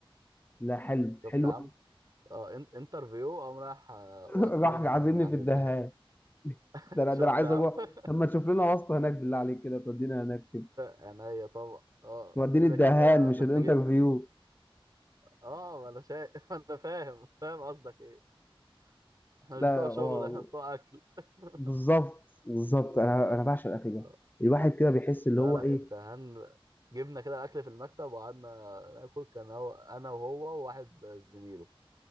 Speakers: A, on the left; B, on the right.
A: لا حلو
B: شفت
A: حلو
B: يا عم
A: قوي
B: اه ان- انترفيو قام راح آه،
A: <laughs>
B: واكلني
A: راح عازمني
B: كمان من عند
A: في الدهان
B: الدهان <laughs>
A: ده انا ده
B: شفت
A: انا عايز
B: يا عم
A: اروح
B: <laughs>
A: طب ما تشوف لنا واسطه هناك بالله عليك كده تودينا هناك كده
B: عينيا طبعا اه
A: توديني
B: كده
A: الدهان
B: كده
A: مش
B: محتاجين
A: الانترفيو
B: اه ما انا شايف <laughs> ما انا فاهم فاهم قصدك ايه احنا
A: لا
B: مش بتوع
A: هو
B: شغل احنا بتوع اكل <laughs>
A: بالظبط بالظبط انا انا بعشق الاكل ده
B: آه.
A: الواحد كده بيحس اللي
B: لا
A: هو
B: لا
A: ايه
B: الدهان جبنا كده الاكل في المكتب وقعدنا ناكل كان هو انا وهو وواحد زميله